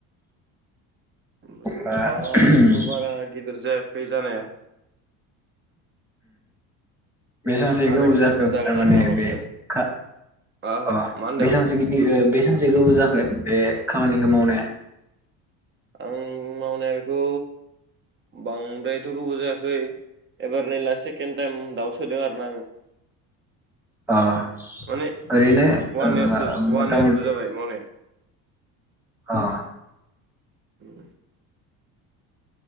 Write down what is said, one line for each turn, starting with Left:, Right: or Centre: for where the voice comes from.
Right: <unintelligible>
Centre: बा
Right: दाबो
Centre: उम
Right: बारा गिदिर जायाखै जानाया।
Centre: बेसांसो
Right: आधा
Centre: गोबाव
Right: केजिफोर
Centre: जाखो थारमाने
Right: जागोन आरो ना मासेयाव
Centre: बे खा
Right: आहा
Centre: अह
Right: मा होनदों
Centre: बेसांसो गिदिर ओ बे मासे गोबाव जाखो बे खामानिखौ मावनाया?
Right: आं मावनाया बेखौ बांद्रायथ' गोबाव जायाखै एबार नै लास्ट सेकेणड टाइम दाउ सोदों आरोना आङो।
Centre: अह
Right: माने
Centre: ओरैनो
Right: वान
Centre: उम
Right: इयारसो
Centre: ओ मथा
Right: वान इयारसो
Centre: मथि
Right: जाबाय मावनाया
Centre: अह।
Right: उम।